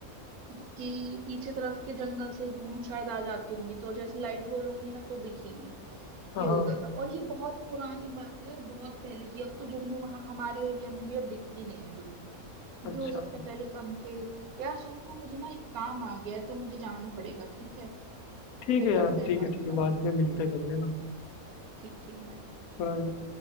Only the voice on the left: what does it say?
हाँ
हाँ
अच्छा
ठीक
है यार
ठीक
है ठीक
है बाद में मिलते हैं कभी है ना
Bye.